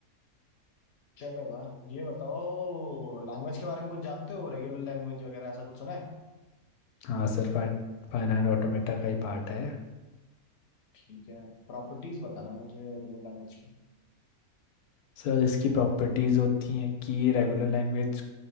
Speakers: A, on the left; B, on the left.
A: चलेगा ये बताओ लैंग्वेज के बारे में कुछ जानते हो रेगुलर लैंग्वेज वगैरह ऐसा कुछ सुना है
B: हाँ सर फाइन फाइनाइट ऑटोमेटा का ही पार्ट है
A: ठीक है प्रॉपर्टीज बताना मुझे रेगुलर लैंग्वेज की
B: सर इसकी प्रॉपर्टीज होती हैं कि regular language